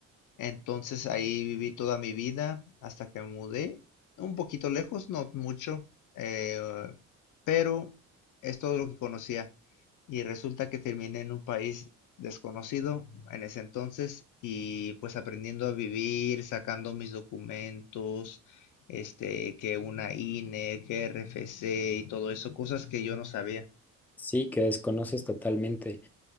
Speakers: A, on the left; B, in the centre.
A: Entonces ahí viví toda mi vida hasta que me mudé, un poquito lejos, no mucho, eh, pero es todo lo que conocía. Y resulta que terminé en un país desconocido en ese entonces y pues aprendiendo a vivir, sacando mis documentos, este, que una INE, que RFC y todo eso, cosas que yo no sabía.
B: Sí, que desconoces totalmente.